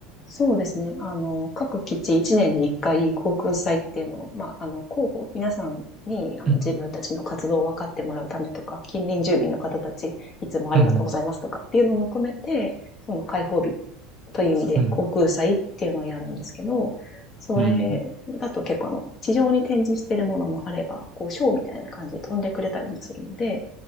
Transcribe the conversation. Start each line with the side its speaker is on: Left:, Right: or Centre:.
Left: そうですね。あの、各基地1年に1回航空祭っていうのを、まあ、あの、広報、皆さんにあの自分たちの活動を分かってもらうためとか、
Right: うん、
Left: 近隣住民の方たち、いつもありがとうございますとかっていうのも含めて、
Right: うん、
Left: その開放日という意味で航空祭っていうのをやるんですけど、
Right: うん、
Left: それだと結構あの、
Right: うんうん。
Left: 地上に展示してるものもあれば、こう、ショーみたいな感じで飛んでくれたりもするので、